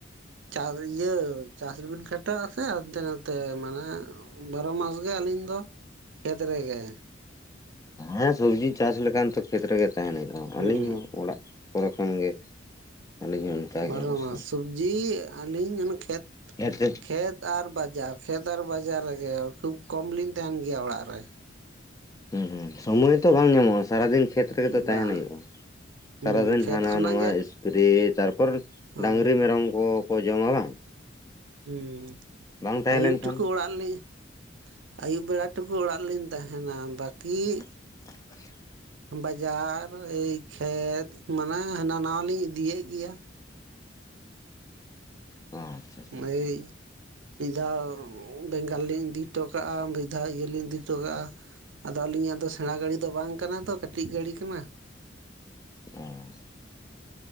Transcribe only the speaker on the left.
ᱦᱮᱸ ᱥᱚᱵᱽᱡᱤ ᱪᱟᱥ ᱞᱮᱠᱟᱱ ᱛᱚ ᱠᱷᱮᱛᱨᱮᱜᱮ ᱛᱟᱦᱮᱱ ᱦᱩᱭᱩᱜᱼᱟ
ᱟᱹᱞᱤᱧ ᱦᱚᱸ ᱚᱲᱟᱜ ᱯᱚᱨᱮ ᱠᱷᱚᱱ ᱜᱮ ᱟᱹᱞᱤᱧ ᱦᱚᱸ ᱚᱱᱠᱟ
ᱜᱮ ᱚᱵᱚᱥᱥᱚ
ᱦᱮᱸᱛᱚ
ᱦᱩᱸ ᱦᱩᱸ ᱥᱚᱢᱚᱭ ᱛᱚ ᱵᱟᱝ ᱧᱟᱢᱚᱜᱼᱟ ᱥᱟᱨᱟᱫᱤᱱ ᱠᱷᱮᱛ ᱨᱮᱜᱮ ᱛᱚ ᱛᱟᱦᱮᱱ
ᱦᱩᱭᱩᱜᱼᱟ᱾
ᱥᱟᱨᱟᱫᱤᱱ
ᱦᱟᱱᱟ
ᱱᱚᱣᱟ
ᱮᱯᱨᱮ ᱛᱟᱨᱯᱚᱨ
ᱰᱟᱝᱨᱤ ᱢᱮᱨᱚᱢ ᱠᱚ ᱠᱚ ᱡᱚᱢᱟ ᱵᱟᱝ
ᱵᱟᱝ ᱛᱟᱦᱮᱸ
ᱞᱮᱱᱠᱷᱟᱱ
<inaudible>
ᱚ ᱟᱪᱪᱷᱟ ᱟᱪᱪᱷᱟ
ᱚ